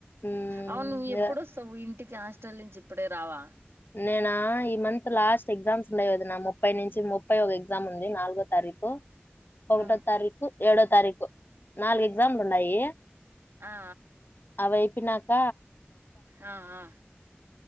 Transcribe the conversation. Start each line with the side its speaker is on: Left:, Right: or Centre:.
Left: ఉమ్
Right: అవు నువ్వు
Left: ఇక
Right: ఎప్పుడో స ఇ ఇంటికి హాస్టల్ నుంచి ఇప్పుడే రావా
Left: నేనా ఈ మంత్ లాస్ట్ ఎగ్జామ్స్ లేద నా ముప్పై నుంచి ముప్పై ఒక ఎగ్జామ్ ఉంది నాలుగో తారీఖు ఒకటో
Right: ఆ
Left: తారీకుు ఏడో తారీకు నాలుగు ఎక్సాంల్ ఉన్నాయి
Right: ఆ
Left: అ చెప్పినాక
Right: ఆ ఆ